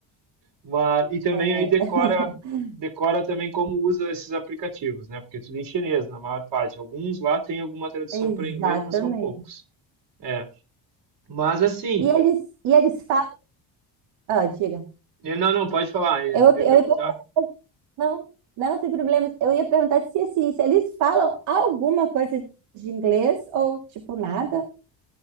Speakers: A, on the right; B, on the right.
A: Mas, e também
B: é,
A: aí decora,
B: <laughs>
A: decora também como usa esses aplicativos, né? Porque é tudo em chinês, na maior parte. Alguns lá tem alguma tradução
B: exatamente.
A: para inglês, mas são poucos. É. Mas assim,
B: E eles, e eles falam. Ah, diga.
A: eu- não, não, pode falar, eu
B: Eu, eu
A: ia perguntar.
B: ia perguntar. Não, não, sem problemas. Eu ia perguntar se, assim, se eles falam alguma coisa de inglês ou, tipo, nada.